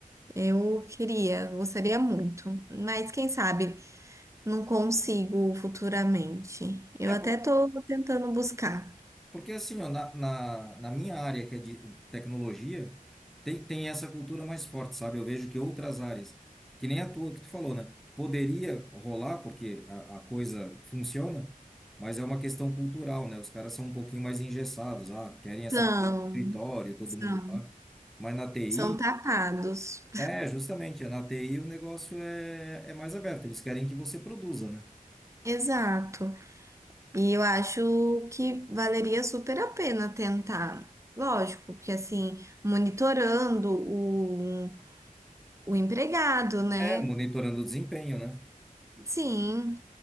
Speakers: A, on the right; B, in the centre.
A: Eu queria, gostaria muito, mas quem sabe não consigo futuramente. Eu
B: É
A: até estou tentando buscar.
B: Porque assim, ó, na, na, na minha área, que é de tecnologia, tem, tem essa cultura mais forte, sabe? Eu vejo que outras áreas, que nem a tua que tu falou, né? Poderia rolar, porque a, a coisa funciona, mas é uma questão cultural, né? Os caras são um pouquinho mais engessados, ah, querem essa
A: São,
B: coisa do escritório, todo
A: são,
B: mundo lá. Mas na TI,
A: são tapados.
B: é, justamente, na TI o negócio é, é mais aberto, eles querem que você produza, né?
A: Exato. E eu acho que valeria super a pena tentar. Lógico, porque assim, monitorando o, o empregado, né?
B: É, monitorando o desempenho, né?
A: Sim.